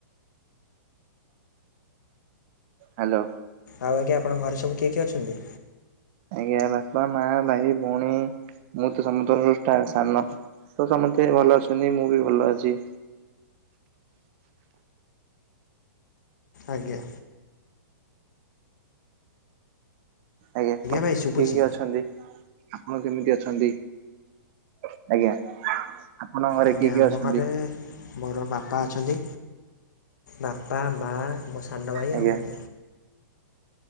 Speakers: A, on the right (about 40°); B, on the left (about 70°).
A: ହାଲୋ।
B: ଆଉ ଆଜ୍ଞା ଆପଣ ଘରେ ସବୁ କିଏ କିଏ ଅଛନ୍ତି?
A: ଆଜ୍ଞା ବାପା, ମା, ଭାଇ, ଭଉଣୀ ମୁଁ ତ ସମସ୍ତଙ୍କ ଠା ସାନ। ତ ସମସ୍ତେ ଭଲ ଅଛନ୍ତି। ମୁଁ ବି ଭଲ ଅଛି।
B: ଆଜ୍ଞା।
A: ଆଜ୍ଞା ମୋ
B: ଭାଇ ଶୁଭୁଛି
A: <inaudible> ବି ଅଛନ୍ତି। ଆପଣ କେମିତି ଅଛନ୍ତି? ଆଜ୍ଞା। ଆପଣଙ୍କ ଘରେ
B: ଆଜ୍ଞା
A: କିଏ
B: ଆମ
A: କିଏ ଅଛନ୍ତି?
B: ଘରେ ମୋର ବାପା ଅଛନ୍ତି। ବାପା, ମା, ମୋ ସାନ ଭାଇ
A: ଆଜ୍ଞା
B: ଆଉ ମୁଁ।